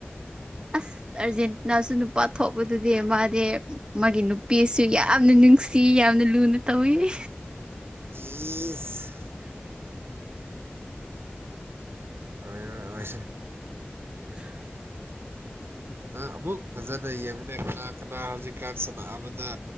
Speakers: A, on the right (about 20°); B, on the right (about 70°).
A: ꯑꯁ ꯑꯥꯔꯖꯦꯟꯇꯤꯅꯥꯁꯨ ꯅꯨꯄꯥ ꯊꯣꯛꯄꯗꯨꯗꯤ ꯃꯥꯗꯤ ꯃꯥꯒꯤ ꯅꯨꯄꯤꯁꯨ ꯌꯥꯝꯅ ꯅꯨꯡꯁꯤ ꯌꯥꯝꯅ ꯂꯨꯅ ꯇꯧꯏ
B: ꯏꯁ ꯑꯣꯏꯔꯣꯏ ꯑꯣꯏꯔꯣꯏ
A: <inaudible>
B: ꯅꯪ ꯑꯃꯨꯛ ꯐꯖꯅ ꯌꯦꯡꯉꯨꯅꯦ ꯀꯅꯥ ꯀꯅꯥ ꯍꯧꯖꯤꯛꯀꯥꯟ ꯁꯅꯥꯕꯗ